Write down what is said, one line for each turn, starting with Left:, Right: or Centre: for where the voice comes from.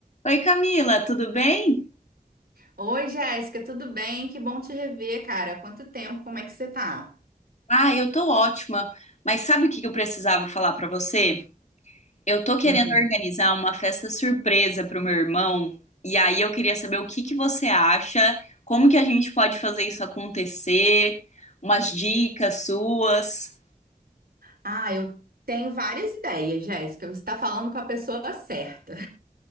Left: Oi, Camila, tudo bem?
Right: Oi, Jéssica, tudo bem? Que bom te rever, cara. Quanto tempo, como é que você tá?
Left: Ah, eu tô ótima. Mas sabe o que que eu precisava falar pra você? Eu tô querendo
Right: Uhum.
Left: organizar uma festa surpresa pro meu irmão, e aí eu queria saber o que que você acha, como que a gente pode fazer isso acontecer, umas dicas suas.
Right: Ah, eu tenho várias ideias, Jéssica. Você tá falando com a pessoa certa.